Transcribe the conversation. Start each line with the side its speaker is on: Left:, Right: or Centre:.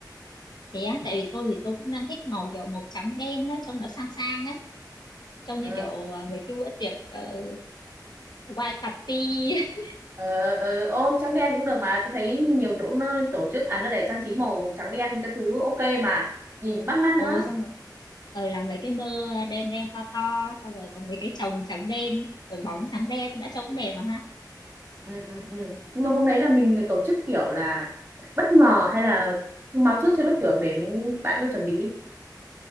Left: Thế á, tại vì tôi thì tôi cũng đang thích màu kiểu màu trắng đen á, trông nó sang sang á, trông như
Right: ờ,
Left: kiểu à, mấy cái bữa tiệc uh, white party. <laughs>
Right: ờ, ờ, ô trắng đen cũng được mà tôi thấy nhiều chỗ nó tổ chức à nó để trang trí màu trắng đen cái thứ ok mà nhìn bắt mắt
Left: Ồ
Right: nữa
Left: xong rồi ờ làm mấy cái nơ đen đen to to xong rồi có mấy cái chồng trắng đen rồi bóng trắng đen đã trông cũng đẹp mà ha.
Right: ừ, ừ, ừ. nhưng mà hôm đấy là mình tổ chức kiểu là bất ngờ hay là thông báo trước cho lớp trưởng đến bạn có chuẩn bị